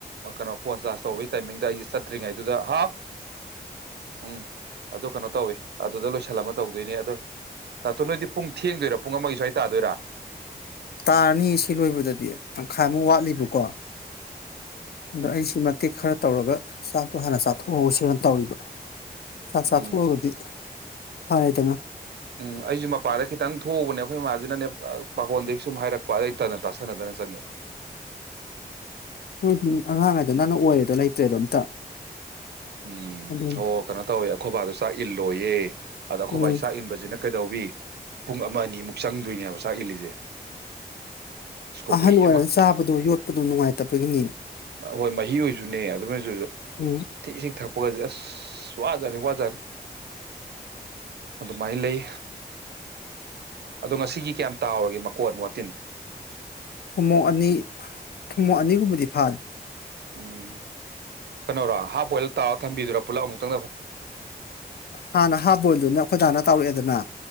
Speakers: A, on the right (about 85°); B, on the left (about 70°).
A: ꯀꯩꯅꯣ ꯐꯣꯟ ꯆꯥꯔꯖ ꯇꯧꯕꯒꯤ ꯇꯥꯏꯃꯤꯡꯗ ꯑꯩꯁꯦ ꯆꯠꯇ꯭ꯔꯤꯉꯩꯗꯨꯗ ꯍꯥꯎ ꯎꯝ ꯑꯗꯨ ꯀꯩꯅꯣ ꯇꯧꯋꯦ ꯑꯗꯨꯗ ꯂꯣꯏꯁꯜꯂꯝꯃ ꯇꯧꯗꯣꯏꯅꯤ ꯑꯗꯣ ꯅꯥꯛꯇꯣ ꯅꯣꯏꯗꯤ ꯄꯨꯡ ꯊꯦꯡꯗꯣꯏꯔꯥ ꯄꯨꯡ ꯑꯃꯒꯤ ꯁ꯭ꯋꯥꯏꯗ ꯇꯥꯗꯨꯔꯥ
B: ꯇꯥꯔꯅꯤ ꯁꯤ ꯂꯣꯏꯕꯗꯗꯤ ꯇꯪꯈꯥꯏꯃꯨꯛ ꯋꯥꯠꯂꯤꯕꯀꯣ ꯑꯗꯣ
A: ꯎꯝ
B: ꯑꯩꯁꯤ ꯃꯇꯦꯛ ꯈꯔ ꯇꯧꯔꯒ ꯆꯥꯛꯇꯣ ꯍꯥꯟꯅ ꯆꯥꯊꯣꯛꯍꯧꯁꯅ ꯇꯧꯔꯤꯕ ꯆꯥꯛ ꯆꯥꯊꯣꯛꯑꯒꯗꯤ
A: ꯎꯝ
B: ꯐꯔꯦꯗꯅ
A: ꯎꯝ ꯑꯩꯁꯨ ꯃꯄꯥꯔ ꯈꯤꯇꯪ ꯊꯣꯛꯎꯕꯅꯦ ꯑꯩꯈꯣꯏ ꯏꯃꯥꯁꯤꯅꯅꯦ ꯄꯥꯈꯣꯟꯗꯒꯤ ꯁꯨꯝ ꯍꯥꯏꯔꯛꯄ ꯑꯗꯩꯇꯗꯅ ꯇꯥꯁꯅꯗꯅ ꯆꯪꯉꯛꯑꯦ
B: ꯅꯣꯏ ꯁꯨꯝ ꯑꯉꯥꯡꯉꯩꯗꯣ ꯅꯪꯅ ꯑꯣꯏꯔꯦꯗꯣ ꯂꯩꯇ꯭ꯔꯦꯗꯣ ꯑꯝꯇ
A: ꯎꯝ
B: ꯑꯗꯨꯅꯤ
A: ꯑꯣ ꯀꯩꯅꯣ ꯇꯧꯋꯤ ꯑꯩꯈꯣꯏꯕꯥꯗ ꯆ ꯏꯜꯂꯣꯌꯦ ꯑꯗ ꯑꯩꯈꯣꯏꯕ
B: ꯎꯝ
A: ꯆꯥꯛ ꯏꯟꯕꯁꯤꯅ ꯀꯩꯗꯧꯋꯤ ꯄꯨꯡ ꯑꯃ ꯑꯅꯤꯃꯨꯛ ꯆꯪꯗꯣꯏꯅꯦ ꯍꯥꯏꯕ ꯆꯥꯛ ꯏꯜꯂꯤꯁꯦ ꯁꯀꯣ
B: ꯑꯍꯟ
A: ꯀꯨꯏ
B: ꯑꯣꯏꯔ
A: ꯑꯃ
B: ꯆꯥꯕꯗꯣ ꯌꯣꯠꯄꯗꯣ ꯅꯨꯡꯉꯥꯏꯇꯕꯒꯤꯅꯤ
A: ꯍꯣꯏ ꯃꯍꯤ ꯑꯣꯏꯁꯨꯅꯦ ꯑꯗꯨꯅ ꯤ
B: ꯎꯝ
A: ꯏꯁꯤꯡ ꯊꯛꯄ ꯒꯁꯦ ꯑꯁ ꯋꯥꯖꯅꯤ ꯋꯥꯖꯅꯤ ꯑꯗꯨꯃꯥꯏꯅ ꯂꯩ ꯑꯗꯣ ꯉꯁꯤꯒꯤ ꯀꯌꯥꯝ ꯇꯥꯎꯔꯒꯦ ꯃꯀꯣꯟꯠ ꯋꯥꯇꯤꯟ
B: ꯊꯨꯝꯃꯣꯛ ꯑꯅꯤ ꯊꯨꯝꯃꯣꯛ ꯑꯅꯤꯒꯨꯝꯕꯗꯤ ꯐꯥꯔꯤ
A: ꯎꯝ ꯀꯩꯅꯣꯔꯣ ꯍꯥꯐ ꯑꯣꯏꯜ ꯇꯥꯔ ꯊꯝꯕꯤꯔꯣ ꯄꯨꯂꯞ ꯑꯃꯨꯛ ꯇꯪ
B: ꯍꯥꯟꯅ ꯍꯥꯞ ꯕꯣꯏꯜꯗꯨꯅꯦ ꯑꯩꯈꯣꯏꯗꯥꯥꯅ ꯇꯧꯔꯛꯑꯦꯗꯅ